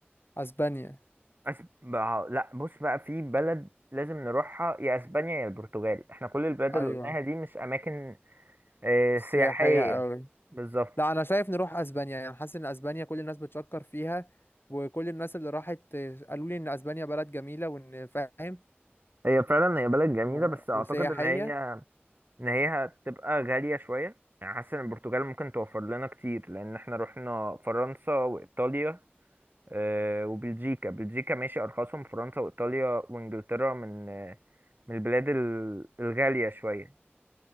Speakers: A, on the left; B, on the right.
A: اسبانيا
B: أس... بقى لا بص بقى في بلد لازم نروحها يا اسبانيا يا البرتغال احنا كل البلاد
A: ايوه
B: اللي قلناها دي مش اماكن أه
A: سياحية
B: سياحيه
A: قوي
B: بالظبط
A: لا انا شايف نروح اسبانيا يعني حاسس ان اسبانيا كل الناس بتشكر فيها وكل الناس اللي راحت آه، قالوا لي ان اسبانيا بلد جميلة وان فاهم
B: هي فعلا هي بلد
A: آه،
B: جميله بس اعتقد
A: وسياحية
B: ان هي ان هي هتبقى غالية شوية يعني حاسس ان البرتغال ممكن توفر لنا كتير لان احنا رحنا فرنسا وايطاليا آه، وبلجيكا بلجيكا ماشي ارخصهم فرنسا وايطاليا وانجلترا من آه، من البلاد ال- الغالية شوية